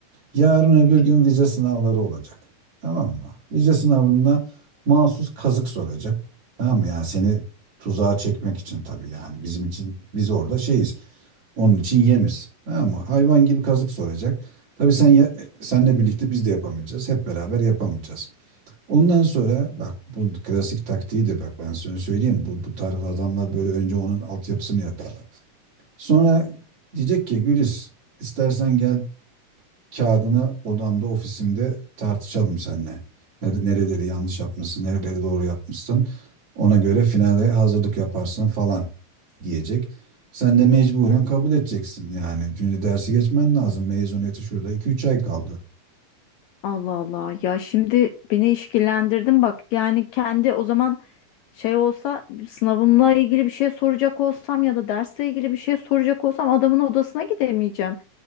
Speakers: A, on the right; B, on the left.
A: Yarın öbür gün vize sınavları olacak. Tamam mı? Vize sınavında mahsus kazık soracak. Tamam mı? Yani seni tuzağa çekmek için tabii yani bizim için biz orada şeyiz. Onun için yemiz. Tamam mı? Hayvan gibi kazık soracak. Tabii sen ya- senle birlikte biz de yapamayacağız. Hep beraber yapamayacağız. Ondan sonra bak bu klasik taktiğidir bak ben sana söyleyeyim. Bu, bu tarz adamlar böyle önce onun altyapısını yaparlar. Sonra diyecek ki Gülis istersen gel kağıdını odamda, ofisimde tartışalım seninle. Ne- Nereleri yanlış yapmışsın, nereleri doğru yapmışsın. Ona göre finale hazırlık yaparsın falan diyecek. Sen de mecburen kabul edeceksin yani. Çünkü dersi geçmen lazım. Mezuniyeti şurada iki üç ay kaldı.
B: Allah Allah ya şimdi beni işkillendirdin bak yani kendi o zaman şey olsa sınavımla ilgili bir şey soracak olsam ya da dersle ilgili bir şey soracak olsam adamın odasına gidemeyeceğim.